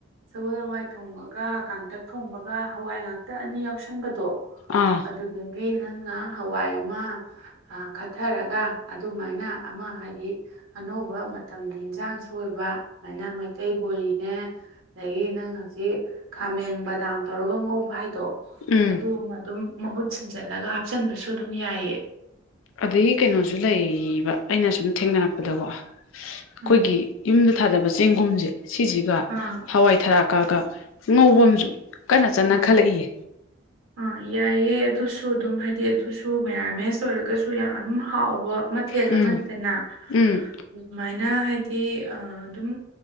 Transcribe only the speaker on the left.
ꯑꯥ
ꯎꯝ
ꯑꯗꯗꯒꯤ ꯀꯩꯅꯣꯁꯨ ꯂꯩꯕ ꯑꯩꯅ ꯁꯨꯝ ꯊꯦꯡꯅꯔꯛꯄꯗꯀꯣ ꯑꯩꯈꯣꯏꯒꯤ
ꯌꯨꯝꯗ ꯊꯥꯗꯕ ꯆꯦꯡꯒꯨꯝꯁꯦ ꯁꯤꯁꯤꯒ
ꯍꯋꯥꯏ ꯊꯔꯥꯛꯀꯒ ꯉꯧꯕꯝꯁꯨ ꯀꯟꯅ ꯆꯅ
ꯈꯜꯂꯛꯏꯌꯦ
ꯎꯝ
ꯎꯝ